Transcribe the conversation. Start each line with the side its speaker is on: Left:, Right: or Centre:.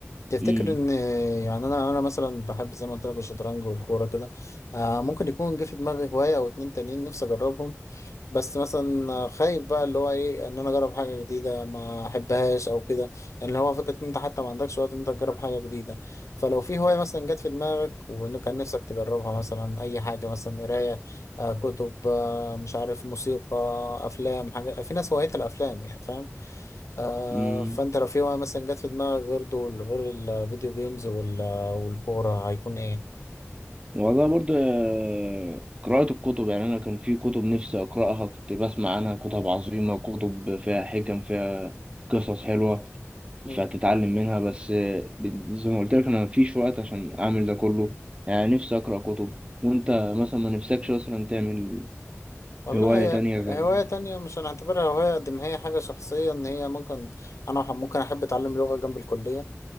Left: تفتكر
Right: امم
Left: ان يعني انا انا مثلا بحب زي ما قلت لك الشطرنج والكورة كده آه ممكن يكون جه في دماغي هواية او اتنين تانيين نفسي اجربهم بس مثلا خايف بقى اللي هو ايه ان انا اجرب حاجة جديدة ما احبهاش او كده يعني اللي هو فكرة ان انت حتى ما عندكش وقت ان انت تجرب حاجة جديدة فلو في هواية مثلا جت في دماغك وانه كان نفسك تجربها مثلا اي حاجة مثلا قراية آه كتب آه مش عارف موسيقى افلام حاجة في ناس هوايتها الافلام يعني فاهم آه
Right: امم
Left: فانت لو في بقى مثلا جت في دماغك غير دول غير الفيديو جيمز وال- والكورة هيكون ايه؟
Right: والله برضه آه، قراءة الكتب يعني أنا كان في كتب نفسي أقرأها كنت بسمع عنها كتب عظيمة كتب فيها حكم فيها قصص حلوة
Left: مم.
Right: فهتتعلم منها بس آه، زي ما قلت لك انا مفيش وقت عشان اعمل ده كله يعني نفسي اقرا كتب وانت مثلا ما نفسكش مثلا تعمل
Left: والله
Right: هواية
Left: هي
Right: تانية
Left: هواية
Right: غير
Left: تانية مش هنعتبرها هواية قد ما هي حاجة شخصية ان هي ممكن انا ح- ممكن احب اتعلم لغة جنب الكلية